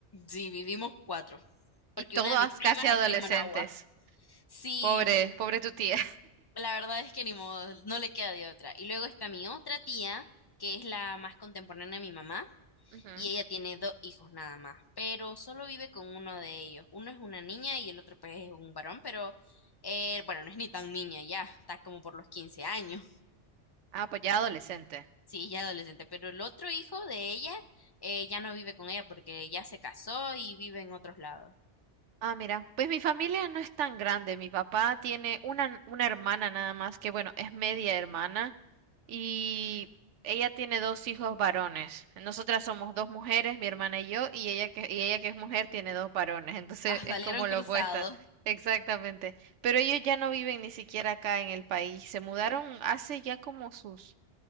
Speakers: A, on the left; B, on the right.
A: Sí, vivimos cuatro,
B: Y
A: porque
B: todas
A: una de mis primas
B: casi adolescentes.
A: está en Managua. Sí,
B: Pobre, pobre tu tía.
A: La verdad es que ni modo, no le queda de otra. Y luego está mi otra tía, que es la más contemporánea de mi mamá,
B: <laughs> Ujú.
A: y ella tiene dos hijos nada más, pero solo vive con uno de ellos. Uno es una niña y el otro pues es un varón, pero eh, bueno, no es ni tan niña ya, está como por los quince años,
B: Ah, pues ya adolescente.
A: <laughs> sí, ya adolescente, pero el otro hijo de ella eh, ya no vive con ella porque ya se casó y vive en otros lados. <laughs>
B: Ah, mira, pues mi familia no es tan grande. Mi papá tiene una, una hermana nada más, que bueno, es media hermana, y ella tiene dos hijos varones. Nosotras somos dos mujeres, mi hermana y yo, y ella que, y ella que es mujer tiene dos varones, entonces
A: Ah,
B: es
A: salieron
B: como lo
A: cruzados.
B: opuesto. <laughs> Exactamente. Pero ellos ya no viven ni siquiera acá en el país. Se mudaron hace ya como sus